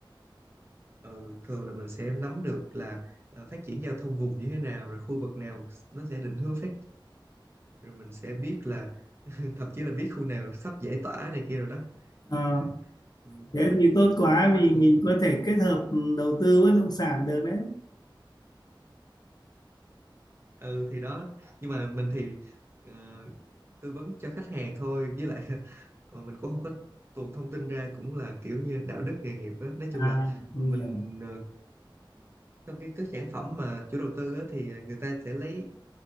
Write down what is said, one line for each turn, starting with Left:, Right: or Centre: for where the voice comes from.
Right: ừ, thường là mình sẽ nắm được là ờ, phát triển giao thông vùng như thế nào rồi khu vực nào nó sẽ định hướng phát rồi mình sẽ biết là <laughs> thậm chí là biết khu nào sắp giải tỏa này kia rồi đó
Left: Ờ,
Right: thì ờ, ừ,
Left: thế
Right: đất
Left: thì tốt quá
Right: quy hoạch
Left: vì
Right: phù
Left: mình có thể kết hợp đầu tư bất động sản được đấy.
Right: ừ thì đó nhưng mà mình thì ờ, tư vấn cho khách hàng thôi với lại <laughs> ờ, mình cũng không có tuồn thông tin ra cũng là kiểu như đạo đức nghề nghiệp á nói chung
Left: À,
Right: là
Left: mình
Right: mình
Left: hiểu.
Right: ờ, sau khi có sản phẩm mà chủ đầu tư á thì người ta sẽ lấy